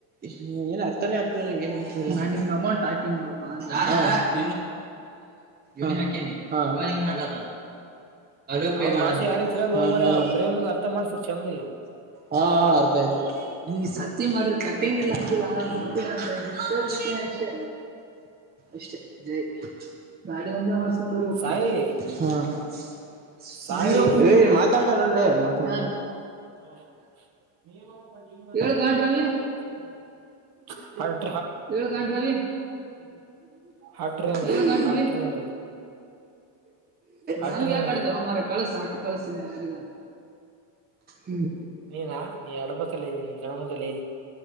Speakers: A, on the right; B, on the right.
A: ಹ ಏನ್ ಅರ್ಥಾನೇ ಆಗ್ತಿಲ್ಲ ನಂಗೆ ಏನ್ ಅನ್ಸಿಲ್ಲ ನಾ ನಿನ್ಗ್ ಅಮೌಂಟ್ ಹಾಕಿನಿ ನೋಡಪ್ಪಾ <unintelligible> ಹಾಕ ತ ಹಾಕತಾನ <unintelligible> ಅಲೋಪೇ
B: ಅವ್ನ
A: ಮಾಡಂತ
B: ಭಾಷೆ ಯಾರಿಗ್ ತಿಳಿಯಲ್ಲ
A: ಹ
B: ಹೋ ಮಾರಾಯ
A: ಹಾ
B: ಪ್ರೇಮ್ಗ್ ಅರ್ಥ ಮಾಡ್ಸರ್ ಚಂದಗೆ
A: ಹಾ ಅರ್ಥ ಆಯ್ತ ಈ ಸತ್ತ ಮಾದ್ರ ಕಟಿಂಗ್ ಇಲ್ಲ ಅಂಗಿಲ್ಲ
B: ಹ್ಮ್
A: ಬಿತಿಲ್ಲ ಅ ಅಷ್ಟ ಅಷ್ಟೇ ಜೈ ಗಾಡಿ ಒಂದೆ ಮಾಡಸ್ಕೊಂಡ್ರ ಊರಿಗೆ ಹೋಕ್ಕಿ
B: ಸಾಯಿ
A: ಹಾ <unintelligible>
B: ಸಾಯಿ
A: ಏನ್ ಮಾತಾಡ್ತಾರಲ್ಲೆ ಮಾತಾಡ ಯಾರ್
B: ಟ
A: ಏಳ್
B: <unintelligible>
A: ಗಾಂಡ್ ರವಿ ಏಳ್ ಗಂಡ್ರವಿ
B: ಹಟ್ರ ನಿನಗ
A: ಏಳ್ ಗಂಡ್ರವಿ
B: ಹಟ್ರ ನಿನಗ ಹಟ್ರ
A: ನನ್ಗೆ ಯಾಕ
B: ನಿನಗ
A: ಆಡ್ತಾರ ಮ್ರ ಕಳಸ ಅಟ್ಟು ಕಳಸತಿನಿ ಯಾರಗ ಹ್ಮ್
B: ನೀರಾ ನೀ ಅಡಮಕಲೇ ನೀ ಗಣಮಕಲೆ